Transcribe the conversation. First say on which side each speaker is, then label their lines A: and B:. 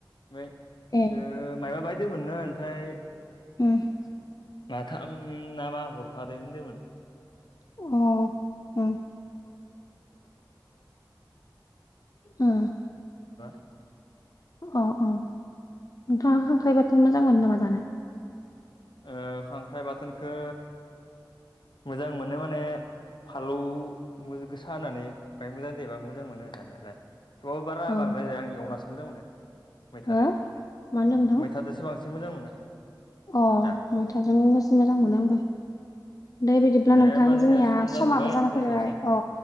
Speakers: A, on the left; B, on the left.
A: ओमफ्राय
B: ए
A: ओ मायबा बायदि <unintelligible> ओमफ्राय
B: हम
A: माथाम नामा हरफादो होनदोंमोन
B: अ उम उम
A: <unintelligible> <unintelligible>
B: अ अ नोंथाङा खांख्राय बाथोन मोजां मोनो नामा जानो।
A: ओ खांख्राइ बाथोनखौ मोजां मोनो माने फालौ गोसा होनानै बाय मोजां देबा मोजां मोनो जानोलाय थेवबाबो बारा
B: अ
A: बांद्राय जाया आं एवनासो मोजां मोनो। मैथाजों
B: हो मा होनदों नोंथां
A: मैथाजोंसो बांसिन मोजां मोनो।
B: अ
A: जानो
B: मैथाजों <unintelligible> मोजां मोनो आंबो। दे बिदिब्ला नोंथां
A: होमबा
B: जोंनिया
A: सम
B: समाबो
A: जाथ'बाय
B: जाना
A: दोनथ'नोसै
B: फैलायबाय अ।